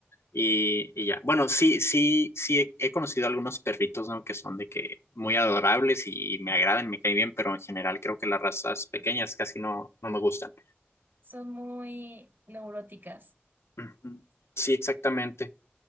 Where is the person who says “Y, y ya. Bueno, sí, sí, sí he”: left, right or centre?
Left